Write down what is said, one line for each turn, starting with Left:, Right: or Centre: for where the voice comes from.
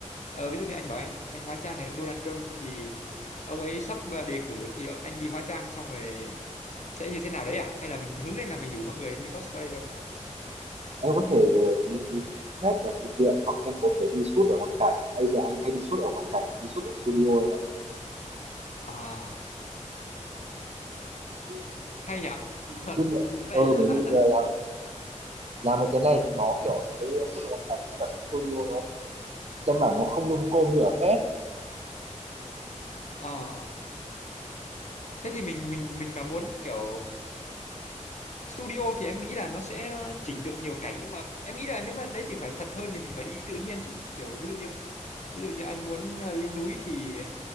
Left: ờ, ví dụ như anh bảo anh anh hóa trang thấy ông Donald Trump thì ông ấy sắp ờ, đề cử thì anh đi hóa trang xong rồi sẽ như thế nào đấy à hay là mình hứng lên là mình rủ mọi người đi cosplay thôi
Right: Em có thể ờ, đi đến hết là sự kiện hoặc em có thể đi shoot ở ngoại cảnh bây giờ anh hay đi shoot ở ngoại cảnh mà đi shoot ở studio em
Left: à
Right: ạ
Left: hay nhở
Right: chứ mà-
Left: cái
Right: ờ
Left: này lạ
Right: bởi vì
Left: thật
Right: giờ làm làm được cái này thì nó kiểu anh thấy xuất được hoàn cảnh với cả xuất studio nó căn bản nó không lung côm như ở phép
Left: ờ thế thì mình mình mình mà muốn kiểu studio thì em nghĩ là nó sẽ chỉnh được nhiều cảnh nhưng mà em nghĩ là nếu mà đấy thì phải thật hơn thì mình phải đi tự nhiên chứ kiểu ví dụ như ví dụ như anh muốn ờ, lên núi thì